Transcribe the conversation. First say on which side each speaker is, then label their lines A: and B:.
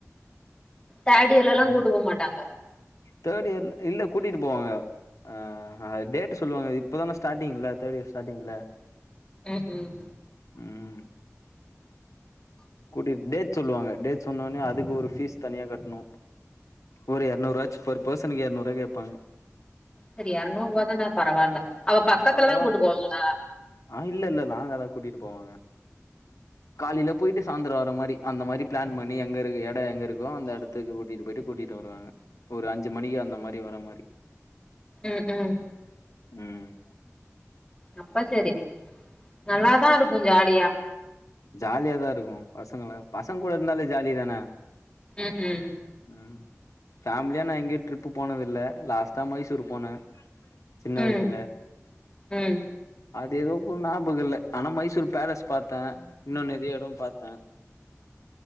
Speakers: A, on the left (about 20°); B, on the left (about 85°).
A: தேர்ட் இயர்ல எல்லா
B: ம்
A: கூட்டு போ மாட்டாங்க
B: தேர்ட் இயர்ல இல்ல கூட்டிட்டு போவாங்க ஆ டேட்டு சொல்லுவாங்க இப்பதா ஸ்டார்ட்டிங்ல தேர்ட் இயர் ஸ்டார்ட்டிங்ல
A: ம் ம்
B: ம் கூட்டிட் டேட் சொல்லுவாங்க டேட் சொன்னோனயே அதுக்கு ஒரு ஃபீஸ் தனியா கட்ணு ஒரு எரநூறாச்சு பர் பர்சனுக்கு எரநூறுவா கேப்பாங்க
A: செரி எரநூறுவா தான பரவால்ல அவ பக்கத்துலதா
B: ம் பரவாயில்
A: கூட்டு போவாங்களா
B: ஆ இல்ல இல்ல லாங்காதா கூட்டிட்டு போவாங்க காலையில போயிட்டு சாந்தர வர மாறி அந்த மாறி பிளான் பண்ணி எங்க இருக்கு எடோ எங்க இருக்கோ அந்த எடத் த்துக்கு கூட்டிட்டு போயிட்டு கூட்டிட்டு வருவாங்க ஒரு அஞ்சு மணிக்கு அந்த மாரி வர மாரி
A: ம் ம்
B: ம்
A: அப்ப சேரி நல்லாதா இருக்கு ஜாலியா
B: ஜாலியாதா இருக்கு பசங்க பசங்க கூட இருந்தாலே ஜாலி தானே
A: ம் ம்
B: ம் ஃபேமிலியா நா எங்கேயு ட்ரிப்பு போனதில்ல லாஸ்ட்டா மைசூர் போனே சின்ன
A: ம்
B: வயசுல
A: ம்
B: அது ஏதோ இப்ப ஞாபக இல்ல ஆனா மைசூர் பேலஸ் பாத்தே இன்னு நெறைய எட பாத்தே